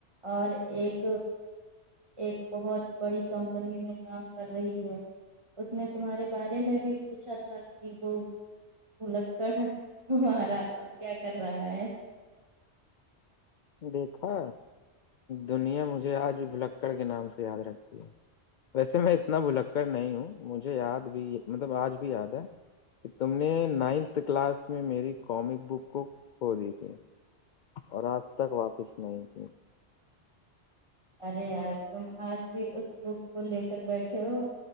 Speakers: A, on the right; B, on the left.
A: اور ایک ایک بہت بڑی کمپنی میں کام کر رہی ہے اس نے تمہارے بارے میں بھی پوچھا تھا کہ وہ بلککڑ ہیں ارا ا کیا کر رہا ہے
B: دیکھا دنیا مجھے آج بھی بلککڑ کے نام سے یاد رکھتی ہے ویسے میں اتنا بھلک کر نہیں ہوں مجھے یاد بھی مطلب آج بھی یاد ہے کہ تم نے نائنتھ کلاس میں میری کامک بک کو کھو دی تھی اور آج تک واپس نہیں کی
A: ارے یار تم آج بھی اس بک کو لے کر بیٹھے ہو